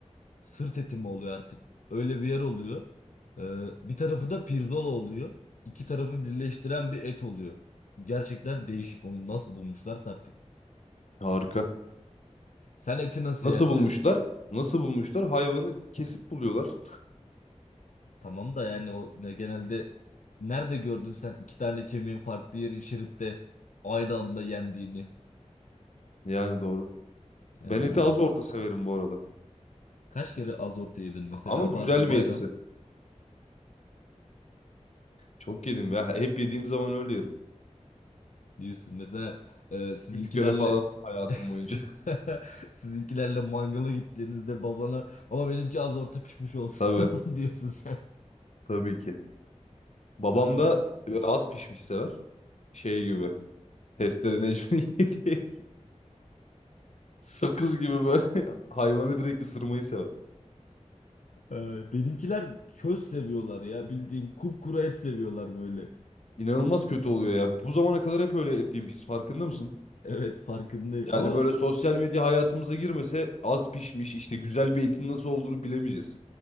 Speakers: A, on the left; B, on the left.
A: Sırt eti mi oluyor artık? Öyle bir yer oluyor. Ee, bir tarafı da pirzola oluyor. İki tarafı birleştiren bir et oluyor. Gerçekten değişik. Onu nasıl bulmuşlarsa artık.
B: harika.
A: Sen eti nasıl
B: Nasıl
A: yersin?
B: bulmuşlar? Nasıl bulmuşlar? Hayvanı kesip buluyorlar.
A: Tamam da yani o ne genelde nerede gördün sen iki tane kemiğin farklı yeri şiripte aynı anda yendiğini?
B: Yani doğru.
A: Yani
B: Ben eti az orta severim bu arada.
A: kaç kere az orta yedin mesela
B: Ama güzel
A: <laughs> Bartu Bayram
B: bir etsi. Çok yedim ya. Hep yediğim zaman öyle yerim.
A: diyorsun. Mesela e, sizinkilerle
B: Üç kere falan hayatım
A: <laughs>
B: boyunca.
A: sizinkilerle mangala gittiğinizde babana baba benimki az orta pişmiş olsun
B: <laughs> Tabii.
A: <laughs> ya diyorsun sen.
B: Tabii ki. Babam
A: Ay,
B: da böyle az pişmiş sever şey gibi. Testere Necmi'nin <laughs> yediği et. Sakız gibi böyle <laughs> hayvanı direkt ısırmayı sever.
A: ay. Benimkiler köz seviyorlar ya bildiğin kupkuru et seviyorlar böyle.
B: İnanılmaz kötü oluyor ya. Bu zamana kadar hep öyle et yemişiz. Farkında mısın?
A: Evet farkındayım
B: Yani
A: ama
B: böyle sosyal medya hayatımıza girmese az pişmiş işte güzel bir etin nasıl olduğunu bilemeyeceğiz.